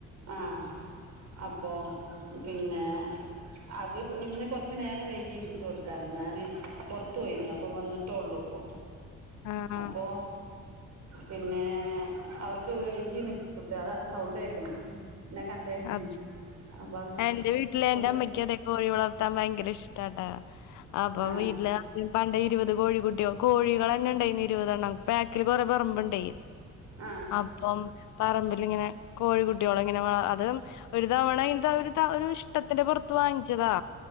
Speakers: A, on the right; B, on the left.
A: ആഹ് അപ്പോ പിന്നെ അത് ഇന്ന് കൊറച്ച് നേരം വൈകീന് ഇട്ട് കൊടുക്കാന് ഞാന് പൊറത്ത് പോയിനീ അപ്പൊ വന്നിട്ടോള്ളൂ ഇപ്പോ
B: ആഹ്
A: അപ്പോ പിന്നേ അവർക്ക് വൈകീണ് ഫുഡ് അതാണ് സൗണ്ട് കേക്കണെ എന്നെ കണ്ടേന്
B: അച്ച്
A: അപ്പൊ അത്
B: എന്റെ വീട്ടില് എന്റെ
A: കൊടുക്ക
B: അമ്മയ്ക്കു അതെ കോഴി വളർത്താൻ ഭയങ്കര ഇഷ്ടാട്ടാ അപ്പൊ
A: ആഹ്
B: വീട്ടില് ആരും പണ്ട് ഇരുപത് കോഴി കുട്ട്യോ കോഴികൾ തന്നെ ഇണ്ടായിന്ന് ഇരുപതെണ്ണം ബാക്കിൽ കുറെ പറമ്പെണ്ടെ
A: ആഹ്
B: അപ്പം പറമ്പിലിങ്ങനെ കോഴിക്കുട്ടിയോളെ ഇങ്ങനെ വ അ തും ഒരു തവണ ഇതൊരു ഒരു ത ഒരു ഇഷ്ടത്തിന്റെ പൊറത്ത് വാങ്ങിച്ചതാ